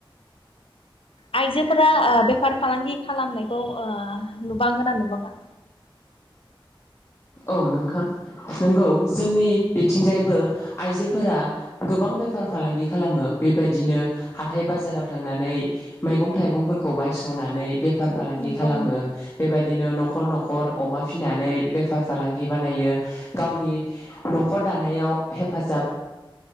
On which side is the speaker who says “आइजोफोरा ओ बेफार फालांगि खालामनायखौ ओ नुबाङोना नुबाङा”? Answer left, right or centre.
Left